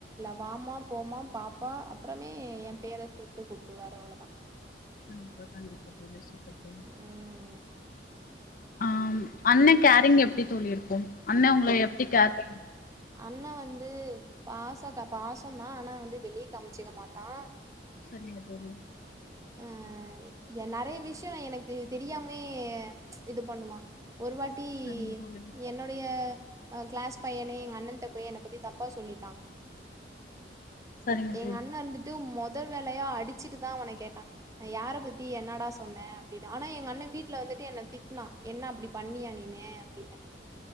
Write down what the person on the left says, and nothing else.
கண்டிப்பா கண்டிப்பா துளசி ட்ரெயினு
ஆ அண்ணே கேரிங் எப்படி தோழி இருக்கும் அண்ணே உங்கள எப்படி கேர்
சரிங்க தோழி.
சரிங்க தோழி.
சரிங்க
தோழி.